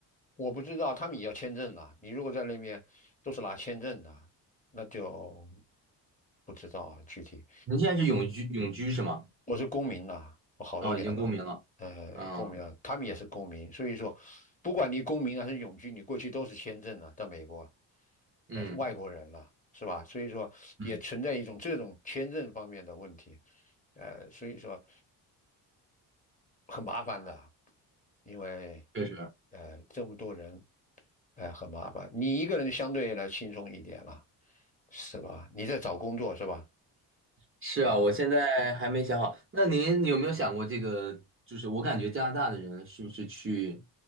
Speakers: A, on the left; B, on the right.
A: 我不知道他们也要签证了，你如果在那边都是拿签证的，那就不知道啊具体。
B: 您现在是永居永居是吗？
A: 我是公民呐、我好多年了，
B: 哦，已经公民了。
A: 呃，
B: 啊，
A: 公民啊，他们也是公民，所以说，不管你公民还是永居，你过去都是签证啊，在美国，
B: 嗯，
A: 呃，是外国人了，是吧？所以说也存在一种这种签证方面的问题，
B: 嗯，
A: 呃，所以说很麻烦的，因为
B: 确实。
A: 呃这么多人，呃，很麻烦，你一个人相对来轻松一点了，是吧？你在找工作是吧？
B: 是啊，
A: 啊，
B: 我现在还没想好。那您有没有想过这个？就是我感觉加拿大的人是不是去